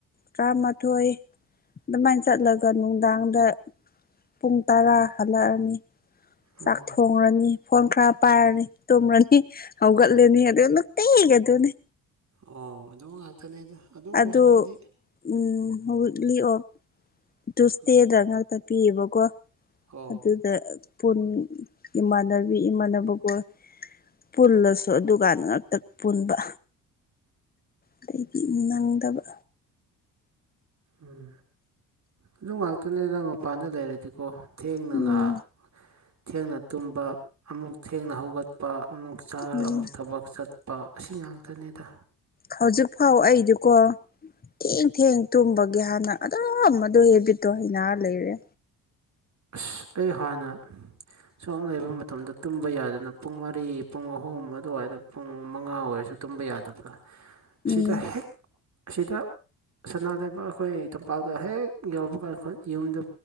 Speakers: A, on the left; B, on the right.
A: ꯇꯔꯥꯃꯥꯊꯣꯏ ꯑꯗꯨꯃꯥꯏ ꯆꯠꯂꯒ ꯅꯨꯡꯗꯥꯡꯗ ꯄꯨꯡ ꯇꯔꯥ ꯍꯜꯂꯛꯑꯅꯤ
B: ꯎꯝ
A: ꯆꯥꯛ ꯊꯣꯡꯔꯅꯤ ꯐꯣꯟ ꯈꯔ ꯄꯥꯏꯔꯅꯤ ꯇꯨꯝꯔꯅꯤ ꯍꯧꯒꯠꯂꯦꯅꯤ ꯑꯗꯨ ꯅꯨꯡꯇꯤꯒꯤ ꯑꯗꯨꯅꯤ
B: ꯑꯣ ꯑꯗꯨ ꯉꯥꯛꯇꯅꯦꯗ ꯑꯣꯏꯔꯁꯨ
A: ꯑꯗꯨ
B: ꯑꯩꯗꯤ
A: ꯎꯝ ꯋꯤꯛꯂꯤ ꯑꯣꯐ ꯇꯨꯁꯗꯦꯗ
B: ꯎꯝ
A: ꯉꯥꯛ ꯇ ꯄꯤꯌꯦꯕꯀꯣ
B: ꯑꯣ
A: ꯑꯗꯨ ꯑ ꯄꯨꯟ ꯏꯃꯥꯟꯅꯕꯤ ꯏꯃꯥꯟꯅꯕꯒꯣꯏ ꯄꯨꯜꯂꯁꯨ ꯑꯗꯨꯀꯥꯟꯗ ꯉꯥꯛꯇ ꯄꯨꯟꯕ ꯑꯗꯩꯗꯤ ꯅꯪꯗꯕ
B: ꯎꯝ ꯑꯗꯨ ꯉꯥꯛꯇꯅꯦꯗ ꯃꯄꯥꯟꯗ ꯂꯩꯔꯗꯤꯀꯣ ꯊꯦꯡꯅ
A: ꯎꯝ
B: ꯂꯥꯛ ꯊꯦꯡꯅ ꯇꯨꯝꯕ ꯑꯃꯨꯛ ꯊꯦꯡꯅ ꯍꯧꯒꯠꯄ ꯑꯃꯨꯛ ꯆꯥꯔ
A: ꯎꯝ
B: ꯑꯃꯨꯛ ꯊꯕꯛ ꯆꯠꯄ ꯑꯁꯤ ꯉꯥꯛꯇꯅꯤꯗ
A: ꯍꯧꯖꯤꯛ ꯐꯥꯎ ꯑꯩꯗꯨꯀꯣ ꯊꯦꯡ ꯊꯦꯡ ꯇꯨꯝꯕꯒꯤ ꯍꯥꯟꯅ ꯑꯗꯨꯝ ꯑꯗꯨ ꯍꯦꯕꯤꯠꯇꯣ ꯍꯩꯅꯔ ꯂꯩꯔꯦ꯫
B: ꯑꯁ ꯑꯩ ꯍꯥꯟꯅ ꯁꯣꯝ ꯂꯩꯕ ꯃꯇꯝꯗ ꯇꯨꯝꯕ ꯌꯥꯗꯅ ꯄꯨꯡ ꯃꯔꯤ ꯄꯨꯡ ꯑꯍꯨꯝ ꯑꯗꯨꯋꯥꯏꯗ ꯄꯨꯡ ꯃꯉꯥ ꯑꯣꯏꯔꯁꯨ ꯇꯨꯝꯕ ꯌꯥꯗꯕꯗ
A: ꯎꯝ
B: ꯁꯤꯗ ꯍꯦꯛ ꯑꯁꯤꯗ ꯁꯅꯥ ꯂꯩꯕ ꯑꯩꯈꯣꯏ ꯇꯝꯄꯥꯛꯇ ꯍꯦꯛ ꯌꯧꯕ ꯀꯥꯟꯗ ꯑꯩꯈ ꯌꯨꯝꯗꯨ